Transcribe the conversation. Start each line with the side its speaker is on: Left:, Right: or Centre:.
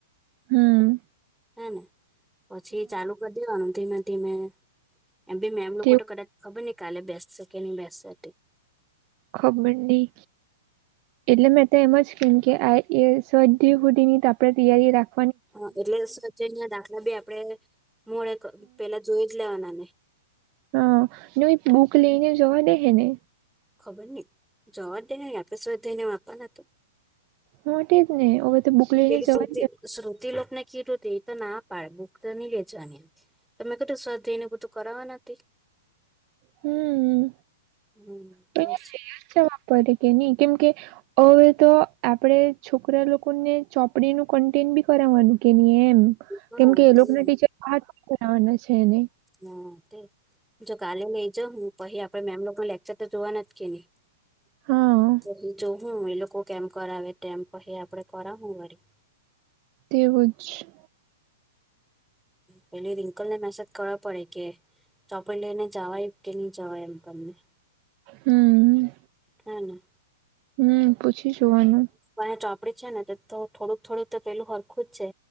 Right: હમ્મ.
Centre: હે ને પછી ચાલુ કરી દેવાનું ધીમે ધીમે, એમ ભી મેમ લોકો
Right: તેવું
Centre: તો કદાચ ખબર ને કાલે બેસશેકે નહી બેસશે,,
Right: ખબરની, એટલે મેં તો એમ જ કેમ કે આ એ સ્વાધ્યાયપોથી ની આપણેે તૈયારી રાખ,
Centre: હા એટલે સ્વાધ્યાયના દાખલા બી આપણે મોળે પેલા જોઈ જ લેવાના ને.
Right: હ નઈ બુક લઈ ને જવા દે હે ને?
Centre: ખબર નઈ જવા દઈ ને આપણે સ્વાધ્યાય જઈને આપવાના હત
Right: મોટી જ ને? હવે તો બુક લઈને
Centre: પેલી
Right: જવા
Centre: શ્રો
Right: દે
Centre: શ્રોતી લોકને કીટોતી એ તો ના પાડે બુક તો ની લઈ જવાની, તમે કધું સ્વાધાયને બધું કરાવવા નથી,
Right: હમ
Centre: હમ
Right: પણ
Centre: તેજ
Right: જવા પડે કે નહી કેમ કે, હવે તો આપડે છોકરા લોકોને ચોપડીનું કન્ટેન બી કરાવવાનું, કે એમ
Centre: હા
Right: કેમ કે એ
Centre: તે
Right: લોકોને ટીચર આ કરાવાના છે એને,
Centre: હા તે જો કાલે લઈ જા હું પછી આપડે મેમ લોકો લેક્ચર તો જોવાના જ કે નહી,
Right: હા
Centre: પછી જો હું એ લોકો કેમ કરાવે તેમ પછી આપડે કરાવું વરી,
Right: તેવું જ,
Centre: પેલી રિંકલ મે શ, કરવા પડે કે ચોપડી લઈને જવાય કે નહી જવાય એમ અમને,
Right: હમ,
Centre: હમ,
Right: હમ પૂછી જોવાનું,
Centre: અહીંયા ચોપડી છે ને તો થોડુંક થોડુંક તો પેલું હરખું જ છે.